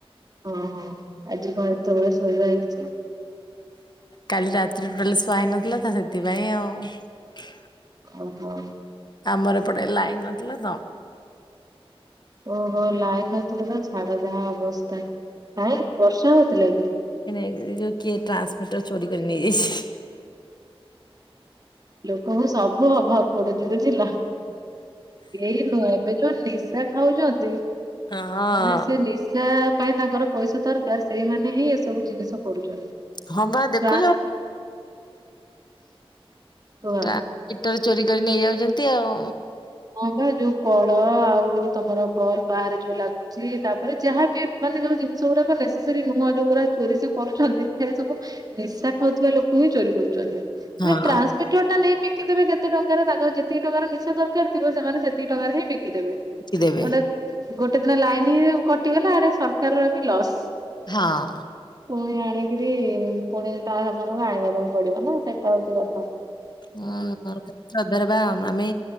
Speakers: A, on the right (about 40°); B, on the left (about 45°).
A: ହଁ ହଁ ଆଜି କଣ ଏତେବେଳେ ଶୋଇବା ହେଇଛି।
B: କାଲି ରାତିରେ ଟୋଟାଲି ସୁଆ ହେଇନଥିଲା ତ ସେଥିପାଇଁ ଆଉ
A: ଓହୋ।
B: ଆମ ଏପଟେ ଲାଇନ ନଥିଲା ତ?
A: ଓହୋ ଲାଇନ୍ ନଥିଲେ ତ ଛାଡ଼ ଯାହା ଅବସ୍ଥା ନାଇଁ ବର୍ଷା ହଉଥିଲା କି?
B: ନାଇଁ ନାଇଁ ଏ ଯୋଉ କିଏ ଟ୍ରାନ୍ସମିଟର ଚୋରି କରି ନେଇଯାଇଛି।
A: ଲୋକଙ୍କୁ ସବୁ ଅଭାବ ପଡ଼ୁଛି ବୁଝିଲ? ଏଇ ନୁହଁ ଏବେ ଯୋଉ ନିଶା ଖାଉଛନ୍ତି।
B: ହଁ
A: ମାନେ ସେ ନିଶା ପାଇଁ ତାଙ୍କର ପଇସା ଦରକାର ସେଇମାନେ ହିଁ ଏସବୁ ଜିନିଷ କରୁଛନ୍ତି।
B: ହଁ ବା ଦେଖୁଛ
A: ଟ୍ରାନ୍ସ କୁହ
B: ତା ହିଟର ଚୋରି କରି ନେଇଯାଉଛନ୍ତି ଆଉ
A: ହଁ ବା ଯୋଉ କଳ ଆଉ ଯୋଉ ତମର ବଲ୍ ବାହାରେ ଯୋଉ ଲାଗୁ ତାପରେ ଯାହା ବି ମାନେ ଯୋଉ ଜିନିଷ ଗୁଡ଼ାକ ନେସେସେରୀ ନୁହଁ ଯୋଉଗୁଡା ଚୋରି କରୁଛନ୍ତି ସେ ସବୁ ନିଶା ଖାଉଥିବା ଲୋକ ହିଁ ଚୋରି କରୁଛନ୍ତି।
B: ହଁ
A: ମାନ ଟ୍ରାନ୍ସମିଟର ଟା ନେଇ ବିକିଦେବେ କେତେ ଟଙ୍କାରେ ତାଙ୍କର ଯେତିକି ଟଙ୍କାର ନିଶା ଦରକାର ଥିବ ସେମାନେ ସେତିକି ଟଙ୍କାରେ ହିଁ ବିକିଦେବେ
B: କି ଦେବେ
A: ଗଟେ ଗୋଟେ ଦିନ ଲାଇନ ହିଁ କଟିଗଲା ଆଡ଼େ ସରକାର ବି ଲସ୍
B: ହଁ।
A: ପୁଣି ଆଣିକିରି ପୁଣି ତା ସେମାନଙ୍କୁ ଆଣିବାକୁ ପଡି଼ବ ନା ସେ ଟର୍ଚ ଯାକ
B: ହଁ। ସଦର ବା ଆମେ